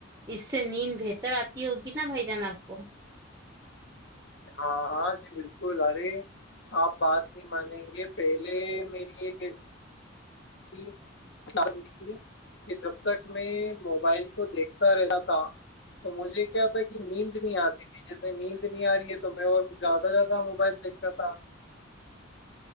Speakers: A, on the right; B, on the left.
A: اس سے نیند بہتر آتی ہوگی نا بھائی جان آپ کو
B: ہاں ہاں جی بالکل ارے آپ بات نہیں مانیں گے پہلے میری یہ کیسی ان تھی کہ جب تک میں موبائل کو دیکھتا رہا تھا تو مجھے کیا تھا کہ نیند نہیں آتی تھی جیسے نیند نہیں آ رہی ہے تو میں اور کچ زیادہ زیادہ موبائل دیکھتا تھا